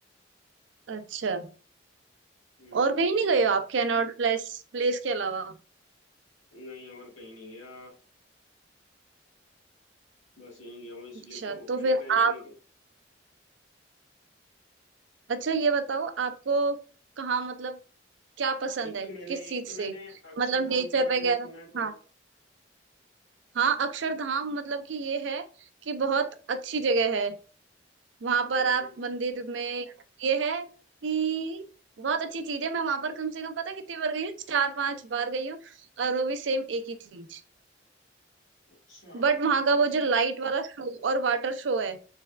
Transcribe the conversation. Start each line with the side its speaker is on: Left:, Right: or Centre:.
Right: है अच्छा
Left: हम्म
Right: और कहीं नहीं गए हो आप कैनॉट प्लेस प्लेस के अलावा
Left: नहीं और कहीं नहीं गया बस यहीं गया हूँ इसलिए
Right: अच्छा
Left: तो
Right: तो
Left: मैंने
Right: फिर
Left: कहा यार
Right: आप
Left: निकल
Right: अच्छा ये बताओ आपको कहाँ मतलब क्या पसंद
Left: एक
Right: है
Left: तो मैंने
Right: किस
Left: एक
Right: चीज
Left: तो
Right: से
Left: मैंने अक्षरधाम
Right: मतलब नेचर
Left: के बारे
Right: वगैरह
Left: में सुना है थोड़ा
Right: हाँ हाँ अक्षरधाम मतलब कि ये है कि बहुत अच्छी जगह है वहां
Left: हम्म
Right: पर आप
Left: हम्म, हम्म,
Right: मंदिर में ये है कि बहुत अच्छी चीज है मैं वहां पर कम से कम पता है कितनी बार गई हूँ चार पांच बार गई हूँ और वो भी सेम एक ही चीज
Left: अच्छा हम्म
Right: बट वहां का वो जो लाइट वाला शो और वाटर शो है